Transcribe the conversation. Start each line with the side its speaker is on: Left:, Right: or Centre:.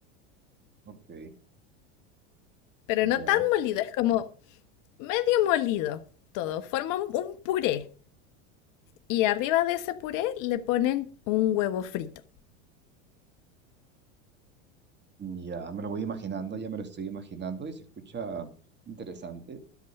Right: ok,
Left: Pero no
Right: ya,
Left: tan molido, es como medio molido todo. Forma un, un puré. Y arriba de ese puré le ponen un huevo frito.
Right: ya, me lo voy imaginando, ya me lo estoy imaginando y se escucha interesante.